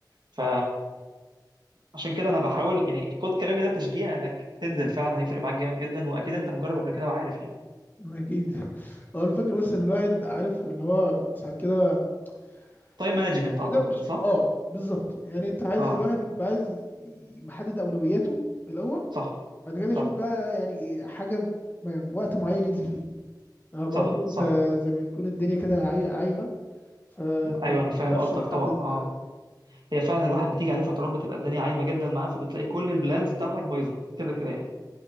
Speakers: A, on the right; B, on the left.
A: ف عشان كده انا بحاول يعني خد كلامي ده تشجيع انك تنزل فعلا هيفرق معاك جامد جدا واكيد انت مجرب قبل كده وعارف يعني
B: اكيد <laughs> هو الفكره بس ان الواحد عارف اللي هو ساعات كده
A: تايم
B: يعني
A: مانجمنت
B: هو
A: اعتقد
B: ده مش
A: صح
B: اه بالظبط يعني انت عايز
A: اه
B: الواحد يبقى عايز ي- محدد اولوياته الاول
A: صح
B: بعد كده
A: صح
B: يشوف بقى يعني إيه حاجه م- يعني وقت معين ينزل فيه اه برضو
A: صح
B: انت
A: صح
B: زي ما تكون الدنيا كده عاي- عايمه فانت
A: ايوه
B: ما
A: انا فاهم
B: بتقدرش
A: قصدك
B: تحدد
A: طبعا اه هي فعلا الواحد بتيجي عليه فترات بتبقى الدنيا عايمه جدا معاه فبتلاقي كل البلانز بتاعتك بايظه كده كده يعني